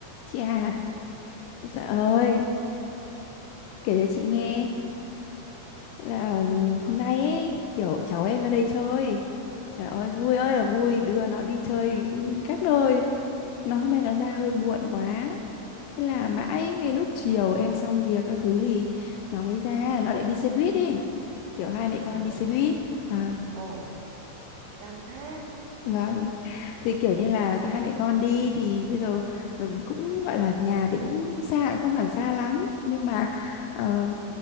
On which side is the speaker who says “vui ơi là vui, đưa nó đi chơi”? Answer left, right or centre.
Left